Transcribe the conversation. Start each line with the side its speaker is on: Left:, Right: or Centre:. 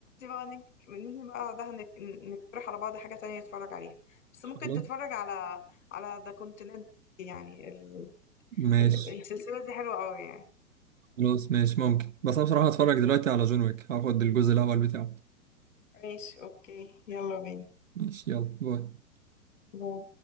Left: بقى نك... نيجي بقى ده هنك... نقترح على بعض حاجة تانية نتفرج عليها بس ممكن
Right: خلاص
Left: تتفرج على على ذا كونتيننت يعني ال...
Right: ماشي
Left: ال... السلسلة دي حلوة قوي يعني
Right: خلاص ماشي ممكن بس انا بصراحه هتفرج دلوقتي على جون ويك هاخد الجزء الاول بتاعه
Left: ماشي اوكي يلا بينا
Right: ماشي يلا باي
Left: باي.